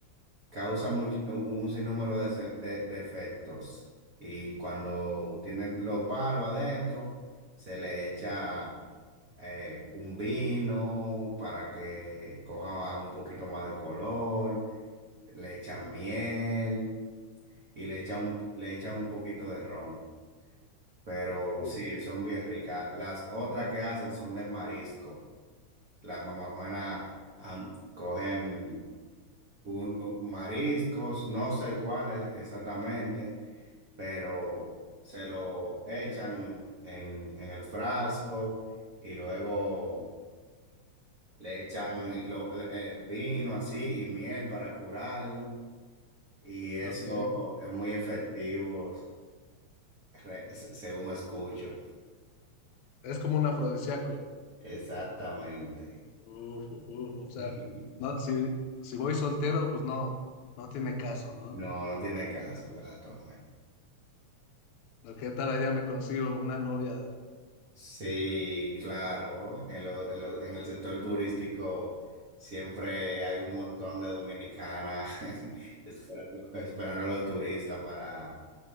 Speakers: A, on the right (about 85°); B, on the left (about 80°).
A: causan much- un un sinnúmero de, se- de- de efectos. Y cuando tienen los palos adentro, se le echa eh, un vino para que coja un poquito más de color, le echan miel y le echan un, le echan un poquito de ron. Pero
B: Uh,
A: sí, son bien ricas. Las otras que hacen son de marisco. Las mamás Juanas am- cogen un, un- mariscos, no sé cuáles exactamente, pero se lo echan en, en el frasco y luego le echan lo- le- el vino así y miel para curarlo. Y eso
B: ok.
A: es muy efectivo, re- se- según escucho.
B: Es como un afrodisíaco.
A: Exactamente.
B: Uf, uf, uf, O sea,
A: <laughs>
B: no, si, si voy soltero, pues no, no tiene caso, ¿no?
A: No, no tiene caso que la tome.
B: ¿No? ¿Qué tal allá me consigo una novia?
A: Sí, claro, en lo- en lo- en el sector turístico siempre hay un montón de dominicanas <laughs> esperando, esperando a los turistas para